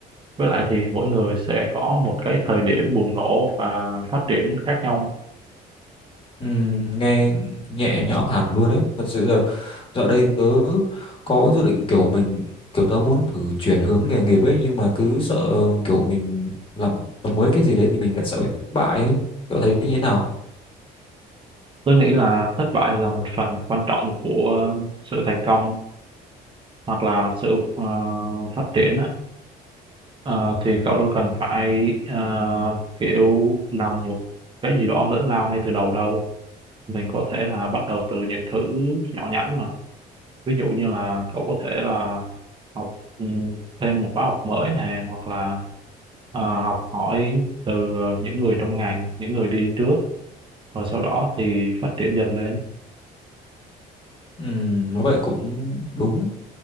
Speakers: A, on the right; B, on the left.
A: Với lại thì mỗi người sẽ có một cái thời điểm bùng nổ và phát triển khác nhau.
B: Ừm, nghe nhẹ nhõm hẳn luôn đấy thật sự là dạo đây tớ có dự định kiểu mình kiểu tớ muốn thử chuyển hướng nghề nghiệp ấy nhưng mà cứ sợ kiểu mình làm làm mới cái gì đấy thì mình lại sợ bị thất bại ấy cậu thấy như thế nào
A: Tôi nghĩ là thất bại là một phần quan trọng của sự thành công hoặc là sự ờ, phát triển á. Ờ, thì cậu đâu cần phải ờ, kiểu làm một cái gì đó lớn lao ngay từ đầu đâu. Mình có thể là bắt đầu từ những thứ nhỏ nhắn mà. ví dụ như là cậu có thể là học ừ, thêm một khóa học mới nè hoặc là ờ, học hỏi từ ờ, những người trong ngành những người đi trước rồi sau đó thì phát triển dần lên
B: Ừm, nói vậy cũng đúng